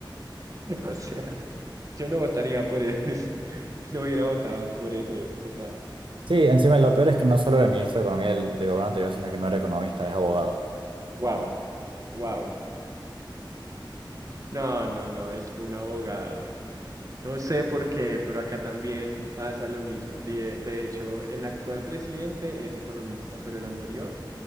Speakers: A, on the right; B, on the right.
A: <laughs> o sea, yo no votaría por él, <laughs> no hubiera votado por ese, o sea,
B: Sí, encima lo peor es que no solo era el ministro de Economía del, del gobierno anterior, sino que no era economista, es abogado.
A: wow,
B: Pero bueno.
A: wow. No, no, no, es que un abogado. No sé por qué, pero acá también pasa lo mismo. De, de hecho, el actual presidente es economista, pero el anterior